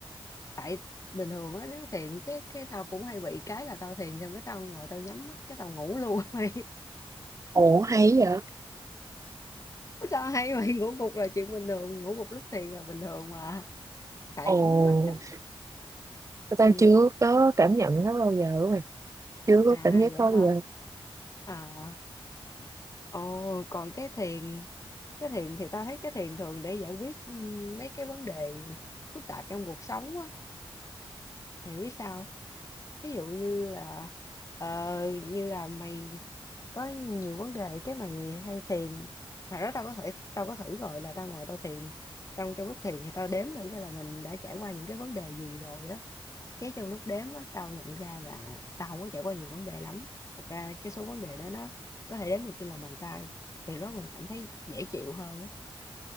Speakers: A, on the left; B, on the right.
A: tại bình thường á nếu thiền cái cái tao cũng hay bị cái là tao thiền xong cái tao ngồi tao nhắm mắt cái tao ngủ luôn <laughs>
B: Ồ hay vậy.
A: Sao hay vậy? Ngủ gục là chuyện bình thường, ngủ gục lúc thiền là bình thường mà. Tại
B: Ồ,
A: nhắm mắt á.
B: tao
A: Ừ.
B: chưa có cảm nhận nó bao giờ mày. Chưa có
A: À
B: cảm giác
A: vậy
B: đó
A: hả?
B: bao giờ.
A: À. Ồ, còn cái thiền, cái thiền thì ta thấy cái thiền thường để giải quyết ừ, mấy cái vấn đề phức tạp trong cuộc sống á. Thì biết sao? Ví dụ như là ờ, như là mày có nhiều vấn đề cái mày hay thiền. Thật đó tao có thể tao có thử rồi là tao ngồi tao thiền xong trong lúc thiền thì tao đếm thử coi là mình đã trải qua những cái vấn đề gì rồi á Cái trong lúc đếm á, tao nhận ra là tao không có trải qua nhiều vấn đề lắm, thật ra cái số vấn đề đó nó có thể đếm được trên lòng bàn tay, thì lúc đó mình cảm thấy dễ chịu hơn á.